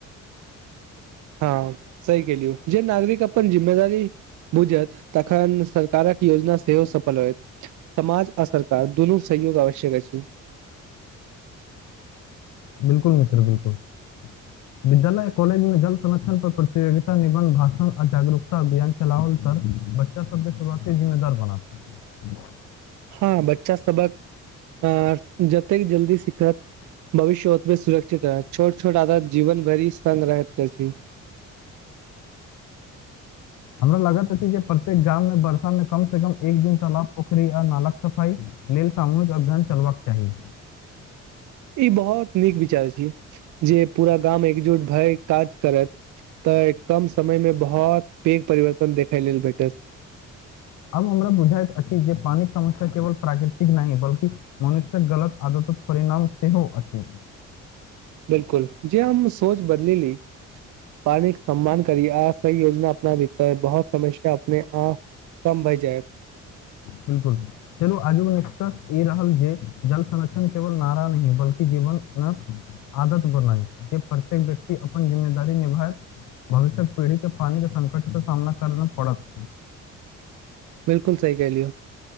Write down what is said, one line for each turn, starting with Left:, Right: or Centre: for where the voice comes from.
Right: हँ सहि कहलुयौ जे नागरिक अपन जिम्मेदारी बुझत तखन सरकारक योजना सेहो सभ समाज आ सरकार दुोनू सहयोग आवश्यक अछि
Left: बिल्कुल मित्र बिल्कुल <inaudible> विद्यालय कॉलेज में जल संरक्षण पर प्रतियगिता निबन्ध भाषण आ जागरूकता अभियान चला औल तल बच्चा सब केँ शुरुआते जिम्मेदार बनत
Right: हँ बच्चा सबक आ जतेक जल्दी सिखत भविष्य ओतबे सुरक्षित रहै छोट छोट आदत जीवन भरि संग रहैत अछि
Left: हमरा लगत अछि जे प्रत्येक गाम में वर्षा मे कम से कम एक दिन तालाब पोखरि आ नाल कऽ सफाइ लेल सामूहिक अभियान चलबा कऽ चाही
Right: ई बहुत नीक विचार छी जे पूरा गाम एकजुट भै काज करत तऽ कम समय में बहुत पेघ परिवर्तन देखे लेल भेटत
Left: आब हमरा बुझाइत अछि जे पानी कऽ समस्या केवल प्राकृतिक नै बल्कि मनुष्य कऽ गलत आदतक परिणाम सेहो अछि
Right: बिल्कुल जे हम सोच बदली ली पानी कऽ सम्मान करी आ सही योजना अपनाबी तऽ बहुत समस्या अपने आप कम भै जैत
Left: बिल्कुल चलु आजुक निष्कर्ष ई रहल जे जल संरक्षण केवल नारा नहीं बल्कि जीवन आदत बनाई जे प्रत्येक व्यक्ति अपन जिम्मेदार निभायत भविष्यक पीढ़ी केँ पानी केँ संकट कऽ सामना कर न पड़त
Right: बिल्कुल सही कहैलियौ